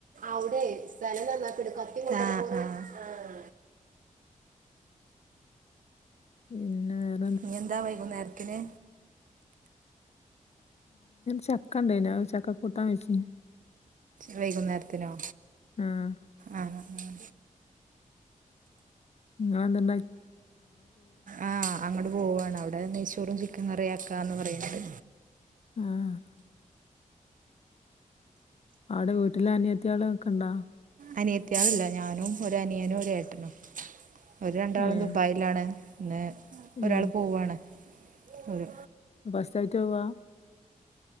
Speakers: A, on the right; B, on the left.
A: അവ്ടെ സ്ഥലം നന്നാക്ക്ണ്ട് കത്തി കൊണ്ട് ആഹ് ആഹ്
B: പിന്നെ വെ
A: ഇഞ് എന്താ വൈകുന്നേരത്തിന്
B: ചക്ക ഇണ്ടേനി ചക്ക കൂട്ടാൻ വെച്ച്
A: വൈകുന്നേരത്തിനോ
B: ആഹ്
A: ആഹ് ആഹ്
B: ഇങ്ങളെന്താ
A: ആഹ് അങ്ങട്ട് പോവാണ് അവ്ടെ നെയ്‌ ചോറും ചിക്കൻ കറി ആക്കാന്ന് പറീണ്ട്
B: ആഹ് അവ്ടെ വീട്ടില് അനിയത്തിഴളൊക്കെ ഇണ്ടോ
A: അനിയത്തിയള്ല്ല ഞാനും ഒരു അനിയനും ഒരു ഏട്ടനും ഓര് രണ്ടാളും
B: ഏഹ്
A: ദുബായി ലാണ് ഇന്ന്
B: ഏഹ്
A: ഒരാള് പോവാണ് ഒരു
B: ഫസ്റ്റായിട്ട് പോവാ